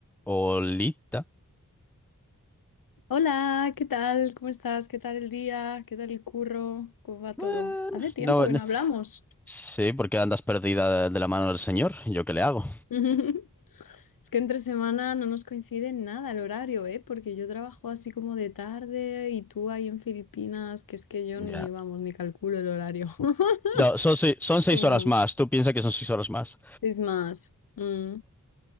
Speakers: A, in the centre; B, on the left (about 85°).
A: Olita.
B: Hola, ¿qué tal? ¿Cómo estás? ¿Qué tal el día? ¿Qué tal el curro? ¿Cómo va
A: Bueno,
B: todo? Hace tiempo
A: no,
B: que
A: no.
B: no hablamos.
A: Sí, porque andas perdida de la mano del señor. ¿Yo qué le hago?
B: <laughs> Es que entre semana no nos coincide en nada el horario, ¿eh? Porque yo trabajo así como de tarde y tú ahí en Filipinas, que es que yo
A: Ya.
B: ni, vamos, ni calculo el horario. <laughs>
A: No, son, se- son
B: Es
A: seis
B: como,
A: horas más. Tú piensas que son seis horas más.
B: es más. Mm,